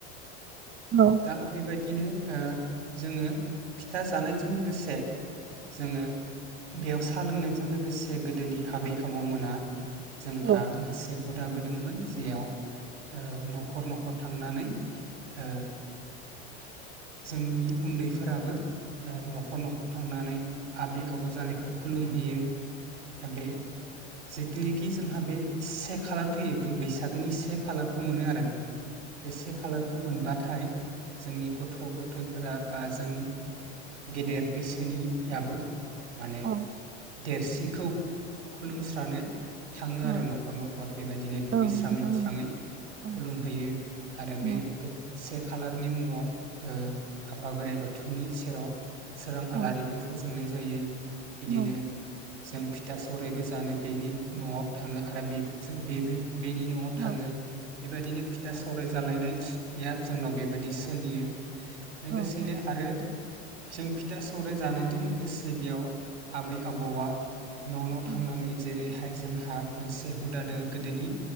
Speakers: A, on the right (about 35°); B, on the right (about 85°).
A: नंगौ
B: दा बेबादिनो जोङो फिथा जानायजों लोगोसे जोङो बेयाव सोलोंनाय बेजों लोगोसे गोदोनि आबै आबौमोना जोंहा
A: औ औ
B: मोनसे हुदाबोदोंमोन जेयाव ओ न'खर न'खर थांनानै ओ <inaudible> जोंनि उन्दैफोराबो ओ न'खर न'खर थांनानै आबै आबौ जानायखौ खुलुमहैयो आबे जिथुनिखि जोंहा बे से खालार फैयो बे बैसागोनि से खालारखौ मोनो आरो बे से खालारखौ मोनबा थाय जोंनि गथ' गथ फोरा बा जों गेदेर बैसोनि याबो माने
A: औ
B: देरसिनखौ खुलुमस्रानो थांङो
A: औ
B: आरो
A: औ
B: न'खर न'खर बेबायदिनो दुगैस्रां
A: औ नोंथां
B: लोबस्राङै
A: नंगौ औ
B: खुलुमहैयो आरो
A: औ
B: बे गो से खालारनि मुंङाव ओ आफा बोराइ बाथौनि सेराव सोरां आलारिबो
A: औ
B: फोजोंनाय जा जायो। बिदिनो
A: औ
B: जों फिथा सौरायबो जानो बिनि न'आव थांङो आरो बि जो बेबो बेनि न'आव थांङो।
A: औ
B: बेबायदिनो फिथा सौराय जालायनाया जोंनाव बेबायदि सोलियो लोगोसेनो
A: औ औ
B: आरो जों फिथा सौराय जानायजों लोगोसे बेयाव आबै आबौआ न' न' थांनानै
A: औ
B: जेरै हाय जोंहा मोनसे हुदा दोंङ गोदोनि।